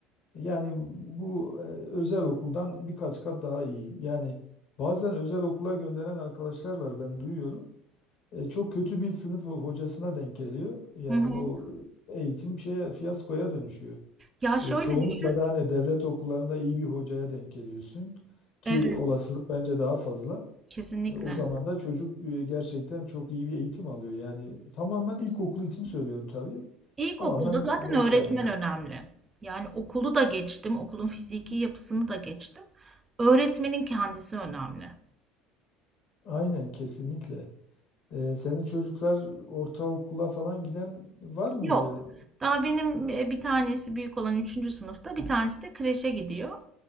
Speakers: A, on the left (about 60°); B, on the right (about 25°).
A: yani bu e, özel okuldan birkaç kat daha iyi. Yani bazen özel okula gönderen arkadaşlar var ben duyuyorum. E, çok kötü bir sınıf hocasına denk geliyor. Yani
B: hı hı.
A: o eğitim şeye fiyaskoya dönüşüyor.
B: Ya şöyle
A: E, çoğunlukla
B: düşün.
A: da hani devlet okullarında iyi bir hocaya denk geliyorsun ki
B: Evet,
A: olasılık bence daha fazla.
B: kesinlikle.
A: E, O zaman da çocuk e, gerçekten çok iyi bir eğitim alıyor. Yani tamamen ilkokul için söylüyorum tabii.
B: İlkokulda
A: Tamamen
B: zaten
A: hoca
B: öğretmen
A: yani.
B: önemli. Yani okulu da geçtim, okulun fiziki yapısını da geçtim. Öğretmenin kendisi önemli.
A: Aynen kesinlikle. E, senin çocuklar ortaokula falan giden var mıydı?
B: Yok. Daha benim e, bir tanesi büyük olan üçüncü sınıfta, bir tanesi de kreşe gidiyor.